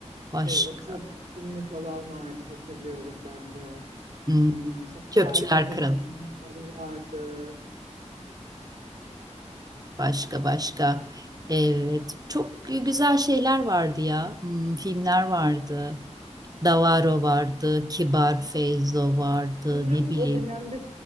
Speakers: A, on the right; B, on the right.
A: Başka.
B: şey, o çöp filmi falan vardı hatırlıyorum ben de.
A: Hmm.
B: Ee, sonra
A: Çöpçüler
B: Tarık Akan'ın
A: Kralı.
B: filmleri vardı.
A: Başka başka. Evet. Çok güzel şeyler vardı ya. Hmm, filmler vardı. Davaro vardı. Kibar Feyzo vardı.
B: Sanırım
A: Ne bileyim.
B: o dönemde